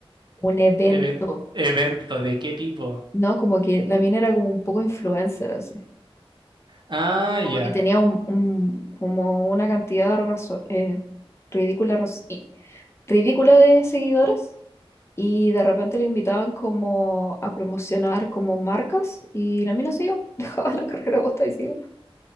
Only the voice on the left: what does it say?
un evento,
¿no? Como que la mina era como un poco influencer, así.
Como
que tenía un, un- como una cantidad razo- eh, ridícula, raz- y- ridícula de seguidores y de repente le invitaban como a promocionar como marcas y la mina se iba, <laughs> dejaba la carrera posta y se iba.